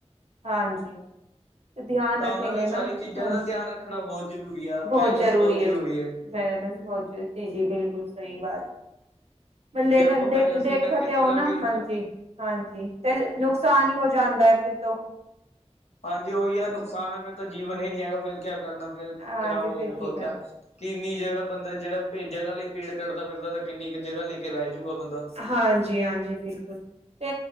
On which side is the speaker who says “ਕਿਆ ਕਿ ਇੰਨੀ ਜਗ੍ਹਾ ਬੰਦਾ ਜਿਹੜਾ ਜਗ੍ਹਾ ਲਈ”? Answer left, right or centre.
Left